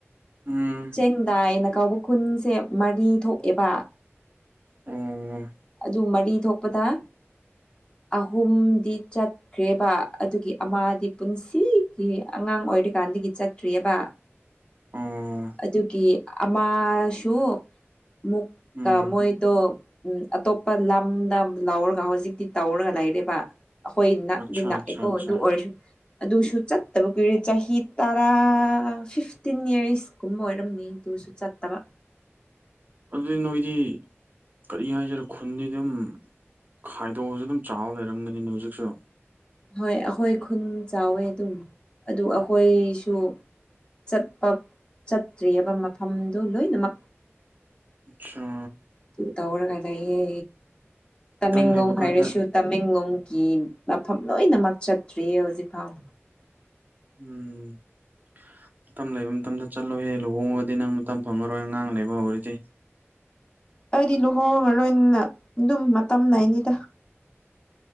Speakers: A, on the right (about 40°); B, on the left (about 20°).
A: ꯎꯝ
B: ꯆꯦꯡꯗꯥꯏꯅ ꯀꯧꯕ ꯈꯨꯟꯁꯦ ꯃꯔꯤ ꯊꯣꯛꯑꯦꯕ
A: ꯎꯝꯝ
B: ꯑꯗꯨ ꯃꯔꯤ ꯊꯣꯛꯄꯗ ꯑꯍꯨꯝꯗꯤ ꯆꯠ ꯈ꯭ꯔꯦꯕ ꯑꯗꯨꯒꯤ ꯑꯃꯥꯗꯤ ꯄꯨꯟꯁꯤꯒꯤ ꯑꯉꯥꯡ ꯑꯣꯏꯔꯤꯀꯥꯟꯗꯒꯤ ꯆꯠꯇ꯭ꯔꯤꯑꯕ
A: ꯑꯣ
B: ꯑꯗꯨꯒꯤ ꯑꯃꯁꯨ ꯃꯨꯛ
A: ꯎꯝ
B: ꯀꯥ ꯃꯣꯏꯗ‌ꯣ ꯑꯇꯣꯞꯄ ꯂꯝꯗ ꯂꯧꯔꯒ ꯍꯧꯖꯤꯛꯇꯤ ꯇꯧꯔꯒ ꯂꯩꯔꯦꯕ ꯑꯈꫭꯏ ꯅꯛꯇꯤ
A: ꯑꯠꯆꯥ
B: ꯅꯛꯏꯀꯣ
A: ꯑꯠꯆꯥ ꯑꯠꯆꯥ
B: ꯑꯗꯨ ꯑꯣꯏꯔꯁꯨ ꯑꯗꯨꯁꯨ ꯆꯠꯇꯕ ꯀꯨꯏꯔꯦ ꯆꯍꯤ ꯇꯔꯥ ꯐꯤꯐꯇꯤꯟ ꯌꯔꯁ ꯀꯨꯝꯕ ꯑꯣꯏꯔꯝꯅꯤ ꯑꯗꯨꯁꯨ ꯆꯠꯇꯕ
A: ꯑꯗꯨꯗꯤ ꯅꯣꯏꯗꯤ ꯀꯔꯤ ꯍꯥꯏꯁꯤꯔꯥ ꯈꯨꯟꯗꯤ ꯑꯗꯨꯝ ꯈꯥꯏꯗꯣꯛꯑꯁꯨ ꯑꯗꯨꯝ ꯆꯥꯍꯥꯎ ꯂꯩꯔꯝꯒꯅꯤꯅꯦ ꯍꯧꯖꯤꯛꯁꯨ
B: ꯍꯣꯏ ꯑꯩꯈꯣꯏ ꯈꯨꯟ ꯆꯥꯎꯋꯦ ꯑꯗꯨꯝ ꯑꯗꯨ ꯑꯩꯈꯣꯏꯁꯨ ꯆꯠꯄ ꯆꯠꯇ꯭ꯔꯤꯑꯕ ꯃꯐꯝꯗꯨ ꯂꯣꯏꯅꯃꯛ
A: ꯑꯆꯥ
B: ꯑꯗꯨ ꯇꯧꯔꯒ ꯂꯩꯌꯦ
A: ꯃꯇꯝ
B: ꯇꯃꯦꯡꯂꯣꯡ
A: ꯂꯩꯕ ꯀꯥꯟꯗ
B: ꯍꯥꯏꯔꯁꯨ ꯇꯃꯦꯡꯂꯣꯡꯒꯤ ꯃꯐꯝ ꯂꯣꯏꯅꯃꯛ ꯆꯠꯇ꯭ꯔꯤꯌꯦ ꯍꯧꯖꯤꯛꯐꯥꯎ
A: ꯎꯝ ꯃꯇꯝ ꯂꯩꯕ ꯃꯇꯝꯗ ꯆꯠꯂꯣꯍꯦ ꯂꯨꯍꯣꯡꯉꯒꯗꯤ ꯅꯪ ꯃꯇꯝ ꯐꯪꯉꯔꯣꯏ ꯑꯉꯥꯡ ꯂꯩꯕ ꯍꯧꯔꯗꯤ
B: ꯑꯩꯗꯤ ꯂꯨꯍꯣꯡꯉꯔꯣꯏꯅ ꯑꯗꯨꯝ ꯃꯇꯝ ꯂꯩꯏꯅꯤꯗ